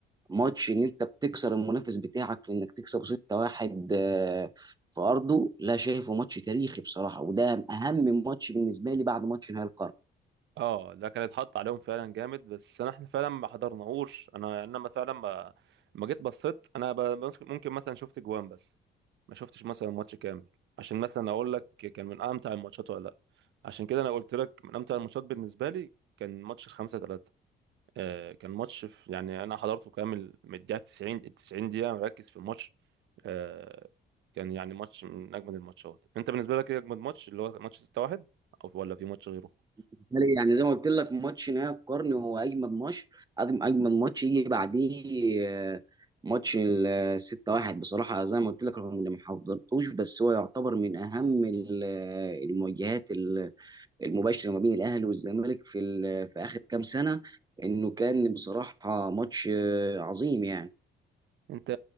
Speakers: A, on the right (about 20°); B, on the right (about 70°).
A: ماتش ان انت بتكسر المنافس بتاعك في انك تكسب 6-1 آه، في ارضه لا شايفه ماتش تاريخي بصراحه وده اهم ماتش بالنسبه لي بعد ماتش نهائي القرن
B: اه ده كان اتحط عليهم فعلا جامد بس انا احنا فعلا ما حضرناهوش انا انا ما فعلا ما ما جيت بصيت انا ب- ممكن ممكن مثلا شفت جوان بس ما شفتش مثلا ماتش كامل عشان مثلا اقول لك كان من امتع الماتشات ولا لا عشان كده انا قلت لك من امتع الماتشات بالنسبه لي كان ماتش الخمسة ثلاثة آه كان ماتش في يعني انا حضرته كامل من الدقيقه 90 ال 90 دقيقه مركز في الماتش آه كان يعني ماتش من اجمد الماتشات انت بالنسبه لك ايه اجمد ماتش اللي هو ماتش 6-1 او ولا في ماتش غيره
A: بالتالي يعني زي ما قلت لك ماتش نهائي القرن هو اجمد ماتش أجم- اجمد ماتش يجي بعديه آه، ماتش ال 6-1 بصراحه زي ما قلت لك رغم اني ما حضرتوش بس هو يعتبر من اهم ال- آه، المواجهات المباشره ما بين الاهلي والزمالك في ال- في اخر كام سنه انه كان بصراحه ماتش آه، عظيم يعني
B: انت